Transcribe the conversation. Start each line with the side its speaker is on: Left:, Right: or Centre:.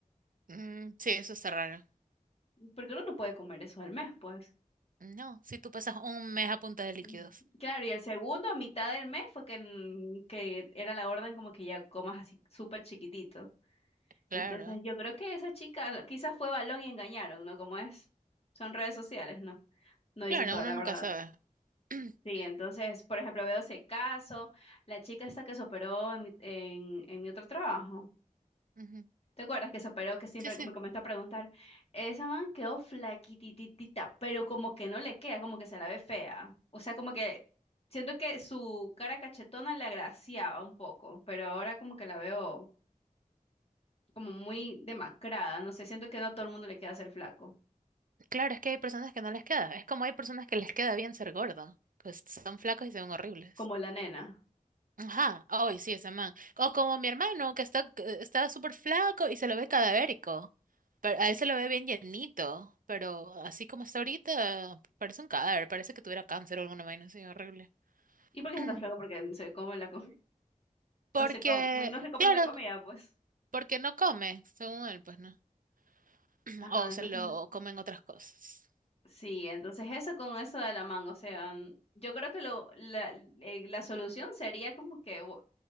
Right: Mm, sí, eso está raro.
Left: porque uno no puede comer eso al mes, pues.
Right: No, si tú pasas un mes a punta de líquidos.
Left: Mm. Claro, y el segundo, a mitad del mes, fue que, mm, que era la orden como que ya comas así súper chiquitito.
Right: Claro.
Left: Entonces yo creo que esa chica lo- quizás fue balón y engañaron, ¿no? Como es, son redes sociales, ¿no? No dicen
Right: Claro,
Left: toda
Right: uno
Left: la
Right: nunca
Left: verdad.
Right: sabe. <clears throat>
Left: Sí, entonces, por ejemplo, veo ese caso, la chica esta que se operó en mi, en, en mi otro trabajo.
Right: Ujú.
Left: ¿Te acuerdas que se operó, que siempre
Right: Sí, sí.
Left: me comenzó a preguntar? Esa man quedó flaquititita, pero como que no le queda, como que se la ve fea. O sea, como que siento que su cara cachetona le agraciaba un poco, pero ahora como que la veo como muy demacrada, no sé, siento que no a todo el mundo le queda ser flaco.
Right: Claro, es que hay personas que no les queda. Es como hay personas que les queda bien ser gordo, que son flacos y se ven horribles.
Left: como la nena.
Right: Ajá, ay, sí, ese man. O como mi hermano, que está que está súper flaco y se lo ve cadavérico. Pero a él se lo ve bien llenito, pero así como está ahorita, parece un cadáver, parece que tuviera cáncer o alguna vaina así horrible.
Left: ¿Y por qué
Right: <clears throat>
Left: está tan flaco? Porque no se come la com- <laughs>
Right: Porque,
Left: no se come, no se compra
Right: claro,
Left: la comida, pues.
Right: porque no come, según él, pues no. <clears throat>
Left: Ajá,
Right: O
Left: entonces,
Right: se lo comen otras cosas.
Left: sí, entonces eso con eso de la manga, o sea, mm, yo creo que lo, la, eh, la solución sería como que, u-